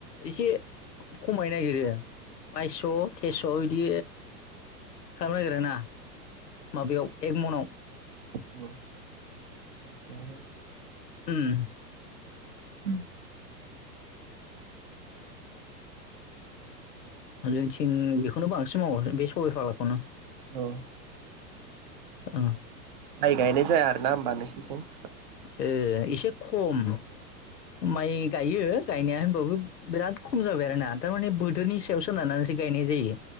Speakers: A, on the left; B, on the right.
A: एसे खमायनो नागिरो। बायस' थेसह बिदि खालामनो नागिरो ना? माबायाव एकमनाव
B: औ।
A: ओम।
B: <inaudible>
A: आरो जों बेखौनो बांसिन मावो बे सबाय फाग्लाखौनो
B: औ।
A: ओ
B: माइ गायनाय जाया आरोना होनोमबा नोंसोरथिं।
A: एसे खम माइ गायो गायनाया होनबावबो बिराद खम जाबाय आरोना थारमाने बोथोरनि सायाव सोनारनानैसो गायनाय जायो।